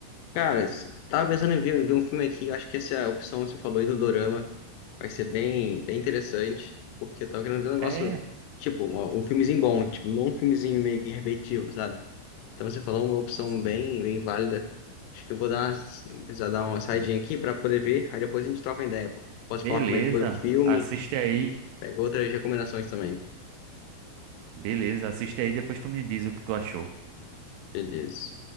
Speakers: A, on the left; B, on the right.
A: Cara, se- tava pensando em ver, ver um filme aqui, acho que essa opção que você falou aí do Dorama vai ser bem, bem interessante, porque eu tava querendo ver um negócio,
B: É,
A: tipo, um um filmezinho bom, tipo, não um filmezinho meio que repetitivo, sabe? Então você falou uma opção
B: sim.
A: bem, bem válida. Acho que eu vou dar uma, precisar dar uma saidinha
B: Hum.
A: aqui para poder ver, aí depois a gente troca ideia. pô. Posso
B: Beleza.
A: te falar como é que foi o filme,
B: Assiste aí.
A: a gente pega outras recomendações também.
B: Beleza, assiste aí, depois tu me diz o que tu achou.
A: Beleza.